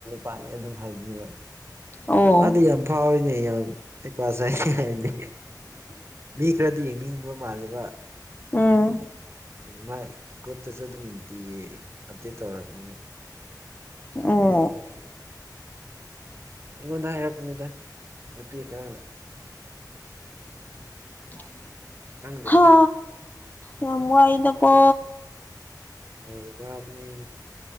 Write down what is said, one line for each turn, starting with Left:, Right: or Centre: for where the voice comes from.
Right: ꯄꯥꯅꯤ ꯑꯗꯨꯝ ꯍꯥꯏꯅꯤꯕ
Left: ꯑꯣ
Right: ꯃꯥꯗꯤ ꯌꯥꯝ ꯐꯥꯎꯔꯤꯅꯦ ꯌꯥꯝ ꯑꯩ ꯄ ꯆꯥꯏ ꯍꯥꯏꯅꯤ ꯃꯤ ꯈꯔꯗꯤ ꯌꯦꯡꯅꯤꯡꯕ ꯃꯥꯜꯂꯤꯕ
Left: ꯎꯝ
Right: ꯃꯥꯏ ꯒ꯭ꯔꯨꯞꯇꯁꯨ ꯑꯗꯨꯝ ꯅꯨꯡꯇꯤꯒꯤ ꯑꯞꯗꯦꯠ ꯇꯧꯛꯑꯔꯕꯅꯤꯅ
Left: ꯑ
Right: ꯃꯤ ꯈꯗꯤ ꯑꯩꯉꯣꯟꯗ ꯍꯥꯏꯔꯛꯄꯅꯤꯗ ꯅꯨꯄꯤ ꯈꯔ
Left: <inaudible>
Right: ꯈꯪꯗ꯭ꯔꯦꯗ
Left: ꯍꯥ ꯌꯥꯝ ꯋꯥꯏꯗꯀꯣ
Right: ꯑ ꯋꯥꯕꯅꯤ